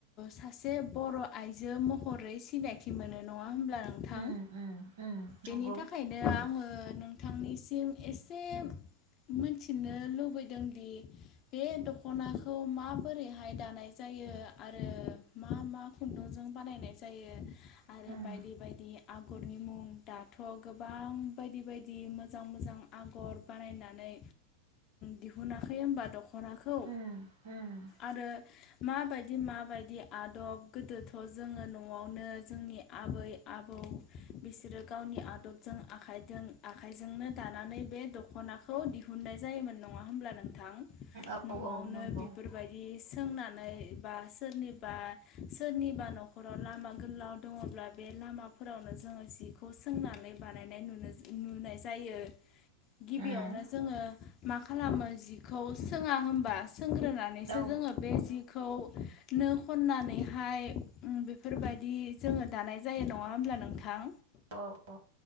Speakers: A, on the left; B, on the right.
A: सासे बर' आइजो महरै सिनायथि मोनो नङा होनब्ला नोंथां
B: उम उम उम
A: बेनि
B: नंगौ
A: थाखायनो आङो थांनिसिम एसे मोनथिनो लुबैदोंदि बे दखनाखौ माबोरैहाय दानाय जायो आरो मा मा खुन्दुंजों बानायनाय जायो
B: उम
A: आरो बायदि बायदि आगरनि मुं दाथ' गोबां बायदि बायदि दि मोजां मोजां आगर बानायनानै दिहुनाखै होमबा दख' ख'नाखौ
B: उम उम
A: आरो माबायदि माबायदि आदब गोदोथ' जोङो न'आवनो जोंनि आबै आबौ बिसोरो गावनि आदबजों आखाइजों आखाइजोंनो दानानै बे दख'नाखौ दिहुननाय जायोमोन नङा होमब्ला नोंथां?
B: औ
A: न'आवनो
B: औ नंगौ
A: बेफोरबायदि सोंना नै बा सोरनिबा सोरनिबा न'खराव लामा गोलाव दङब्ला बे लामाफोरावनो जोङो जिखौ सोंनानै बानायनाय नुनो जो नुनाय जायो गिबियावनो
B: उम
A: जोङो मा खालामो जिखौ सोङा होमबा? सोंग्रोनानैसो
B: औ
A: जोङो बे जिख खौ नो खननानैहाय बेफोरबायदि जोङो दानाय जायो नङा होमब्ला नोंथां?
B: औ औ